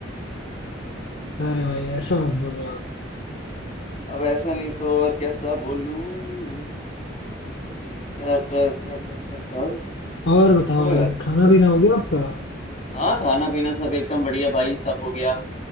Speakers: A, on the left (about 60°); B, on the left (about 35°).
A: अरे भाई ऐसा मत बोलो आप
B: अब ऐसा नहीं तो और कैसा बोलूं टर टर टर टर टर टर।
A: और बताओ
B: कोई
A: भाई
B: बात
A: खाना पीना हो गया आपका
B: हाँ खाना पीना सब एकदम बढ़िया भाई सब हो गया